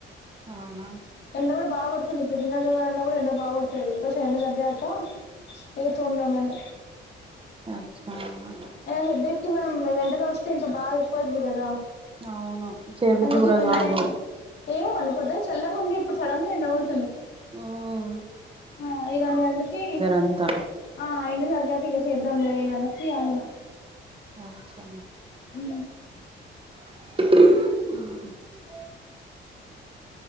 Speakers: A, on the right; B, on the left.
A: అవునా
B: ఎండ కూడా బాగాపడుతుంది ఇప్పుడు గిన్నెల్ తోమాలన్నా కూడా ఎండ బాగ పడుతుంది కొంచం ఎండ తగ్గినాక ఏ తో ఉండమని
A: అచ్చా
B: ఎ హెడేక్ కి మనం ఎండలో వస్తే ఇంకా బాగా ఎక్కువ అయ్యిద్ది కదా
A: అవును చేయబుద్ధి
B: అందుకీ
A: కూడా
B: కొంచం
A: కాదు
B: ఏమో పోద్దున్న చల్లగుంది ఇప్పుడు సడెన్ గా ఎండ కోడు
A: ఆ
B: ఆ ఇగ నువ్ అందుకె
A: అంతా
B: ఆ ఎండ తగ్గాక చేద్దంలే అనేసి ఆగిన
A: అచ్చా
B: ఊ
A: ఆ